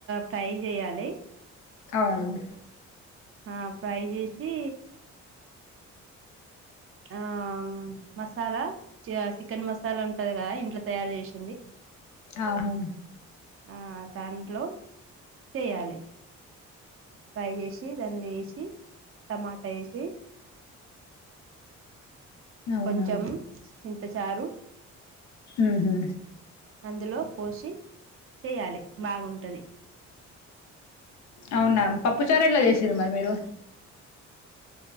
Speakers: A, on the right; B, on the left.
A: ఫ్రై చెయ్యాలి
B: అవును
A: ఆ ఫ్రై చేసి ఆ మసాలా చియా సి చికెన్ మసాలా ఉంటది కదా ఇంట్లో తయారు చేసి
B: ఆహా
A: ఆ దాంట్లో చేయాలి ఫ్రై చేసి దానిలో ఏసి టమాటా వేసి
B: అవునా
A: కొంచెం చింతచారు
B: ఉహు
A: అందులో పోసి చెయ్యాలి బాగుంటది
B: అవునా పప్పు చారా ఏలా చేసిరు మరి మీరు